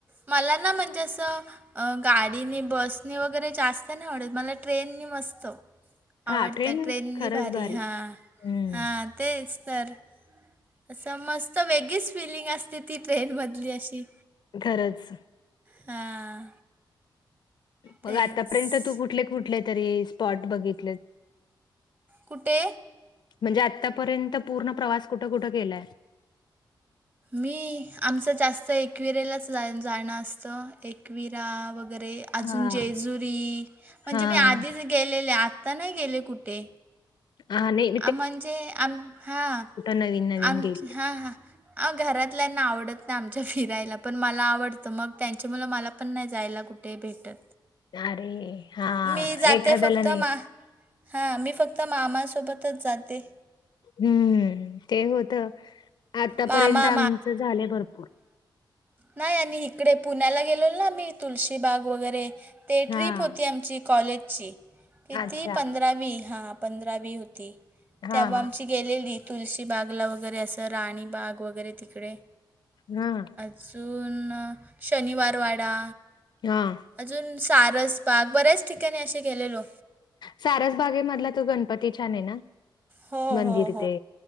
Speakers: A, on the right (about 20°); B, on the left (about 65°).
A: मला ना म्हणजे असं अ गाडीनी बसनी वगैरे जास्त नही आवडत, मला ट्रेननी मस्त
B: हां,
A: आवडतं,
B: ट्रेन
A: ट्रेननी
B: खरंच
A: भारी, हां
B: हं,
A: हां तेच तर. असं मस्त वेगळीच फिलिंग असते, ती ट्रेनमधली अशी.
B: खरंच
A: हां
B: मंग
A: तेच
B: आंतापर्यंत तूं कुठले कुठले तरी स्पॉट बघितले
A: कुठे
B: म्हणजे आंतापर्यंत पूर्ण प्रवास कुठं कुठं केलाय
A: मी आमचं जास्तं एकविरेलांच जां जाणं असतं एकविरा वगैरें अजूंन
B: हां.
A: जेजुरी म्हणजे
B: हां.
A: मी आधीच गेलेले आंत्ता नाहीं गेले कुंठे
B: हां नाहीं
A: म्हणजे आंम हां
B: नवीन-नवीन
A: आमचं
B: गेलीयेस?
A: हां हां अं घरातल्यांना आवडतं नाहीं आमच्यां फिरायंला पणं मलां आवडतं मंग त्यांच्या मुळं मलां पणं नाहीं जायंला कुठं नाहीं ते भेटतं
B: अरे हां,
A: मी जांते
B: एखाद्याला
A: फक्तं
B: नाही
A: मा हां मी फक्तं मामासोबतचं जांते
B: हम्मं ते होतं आतांपर्यंत
A: मामा
B: आमचं झालं भरंपूर
A: नाहीं आणि ईकडे पुण्यांला गेलो नां आम्हीं तुलशीबाग वगैरे ते
B: हां,
A: ट्रीप होती आमची कॉलेजंची किती
B: अच्छा.
A: पंधरावी हां पंधरावी होती
B: हां,
A: तेंव्हा
B: हां.
A: आमची गेलेली तुलशी बांगला वगैरें असं राणी बांग वगैरें तिकडे
B: हां
A: सुंन शनिवार वांडा
B: हां
A: अजूंन सारसबांग बऱ्यांच ठिकाणीं असे गेलेलो
B: सारसबागे मधंला तो गणपती छान आहे नां
A: हो
B: मंदिर
A: हो
B: आहे ते